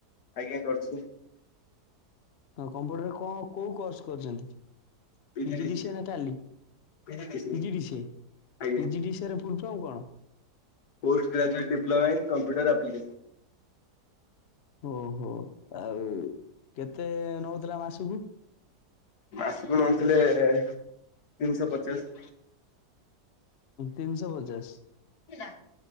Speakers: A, on the left (about 75°); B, on the left (about 55°).
A: ଆଜ୍ଞା। କରିଚି।
B: ହଁ, କମ୍ପ୍ୟୁଟରରେ କଣ କୋଉ କୋର୍ସ କରିଚନ୍ତି? <unintelligible>
A: ପିଜିଡିସିଏ ପିଜିଡିସିଏ ଆଜ୍ଞା
B: ପୁଲସମ କଣ?
A: Post graduate diploma in computer application.
B: ଓହୋ ଆଉ କେତେ ନଉଥିଲା ମାସ ଵୁ
A: ମାସକୁ ନଉଥିଲେ ତିନିଶହ ପଚାଶ
B: ତିନିଶହ ପଚାଶ
A: ଆଜ୍ଞା